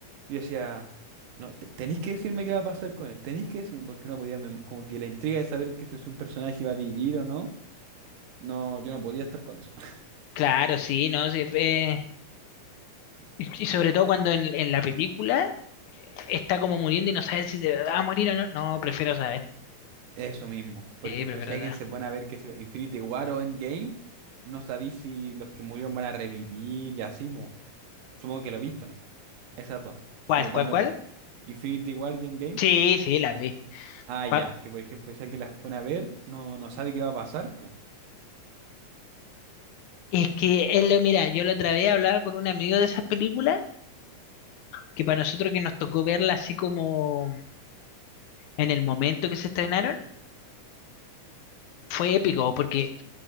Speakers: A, on the right; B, on the left.
A: yo decía, no, te- tenéis que decirme qué va a pasar con él, tenéis que decirme porque no podía, mem- como que la intriga de saber que si es un personaje va a vivir o no, no, yo no podía estar con eso. <laughs>
B: Claro, sí, ¿no? Sí, eh, y, y sobre todo cuando en, en la película está como muriendo y no sabes si de va a morir o no. No, prefiero saber.
A: Eso mismo. Por
B: Sí,
A: ejemplo,
B: prefiero
A: si alguien
B: saber.
A: se pone a ver que si Infinity War o Endgame, no sabéis si los que murieron van a revivir y así, po. Supongo que lo he visto, ¿no? Esas dos.
B: ¿Cuál,
A: Como para
B: cuál, cuál?
A: no... Infinity War y Endgame.
B: Sí, sí, las vi.
A: Ah, ya,
B: Cua-
A: que por ejemplo, si alguien las pone a ver, no, no sabe qué va a pasar, pues.
B: Es que, él lo, mira, yo la otra vez hablaba con un amigo de esas películas que para nosotros que nos tocó verla así como en el momento que se estrenaron fue épico porque